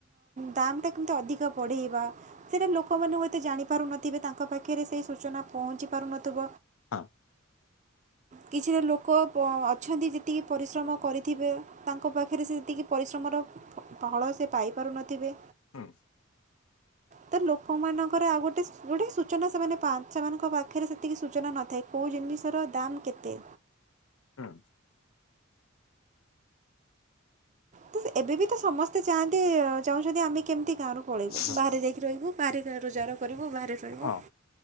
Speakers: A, on the right; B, on the left.
A: ଦାମ୍ଟା କେମିତି ଅଧିକ ବଢ଼େଇବା। ସେଇଟା ଲୋକମାନେ ହୁଏତେ ଜାଣିପାରୁନଥିବେ ତାଙ୍କ ପାଖରେ ସେହି ସୂଚନା ପହଞ୍ଚି ପାରୁନଥିବ।
B: ହଁ।
A: କିଛିଟା ଲୋକ ଅଛନ୍ତି ଯେତିକି ପରିଶ୍ରମ କରିଥିବେ ତାଙ୍କ ପାଖରେ ସେ ଯେତିକି ପରିଶ୍ରମର ଫଳ ସେ ପାଇପାରୁନଥିବେ।
B: ହଁ।
A: ତ ଲୋକମାନଙ୍କର ଆଉ ଗୋଟେ ଗୋଟେ ସୂଚନା ସେମାନେ ପା ସେମାନଙ୍କ ପାଖରେ ସେତିକି ସୂଚନା ନଥାଏ। କେଉଁ ଜିନିଷର ଦାମ୍ କେତେ?
B: ହଁ।
A: ତ ଏବେ ବି ତ ସମସ୍ତେ ଚାହାଆନ୍ତି ଚାହୁଁଛନ୍ତି ଆମେ କେମିତି ଗାଁରୁ ପଳେଇବୁ
B: ହୁଁ।
A: ବାହାରେ ଯାଇକି ରହିବୁ ବାହାରୋଁ ରୋଜାର କରିବୁ ବାହାରେ ରହିବୁ
B: ହଁ